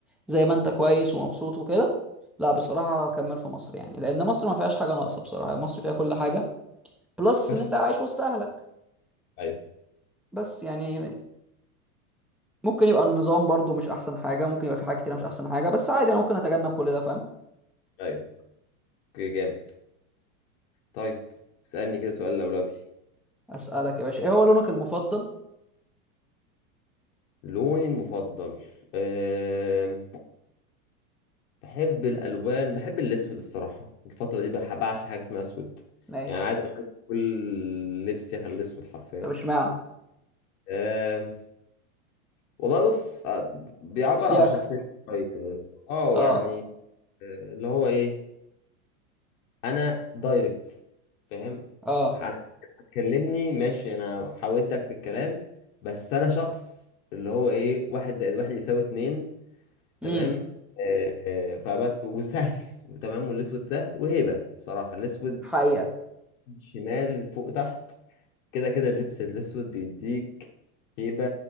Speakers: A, in the centre; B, on the left.
A: زي ما انت كويس ومبسوط وكده لا بصراحه هكمل في مصر يعني لان مصر ما فيهاش حاجه ناقصه بصراحه مصر فيها كل حاجه بلس
B: خش
A: ان انت عايش وسط اهلك
B: ايوه
A: بس يعني ممكن يبقى النظام برضو مش احسن حاجه ممكن يبقى في حاجات كتير مش احسن حاجه بس عادي انا ممكن اتجنب كل ده فاهم
B: ايوه اوكي جامد طيب اسالني كده سؤال لولبي
A: اسالك يا باشا ايه هو لونك المفضل
B: لوني المفضل أه... بحب الالوان بحب الاسود الصراحه الفتره دي بح- بعشق حاجه اسمها اسود
A: ماشي
B: يعني عايز أغير كل لبسي اخليه اسود حرفيا
A: طب اشمعنى
B: أه... والله بص آه، بيعبر
A: شياكة
B: عن شخصيته شوية اه
A: اه
B: يعني آه، اللي هو ايه انا دايركت فاهم
A: اه
B: انا هتكلمني ماشي انا هودك في الكلام بس انا شخص اللي هو ايه واحد زائد واحد يساوي اتنين
A: امم
B: تمام آه، فبس وسهل تمام والاسود سهل وهيبه بصراحه الاسود
A: حقيقه
B: شمال فوق تحت كده كده اللبس الاسود بيديك هيبه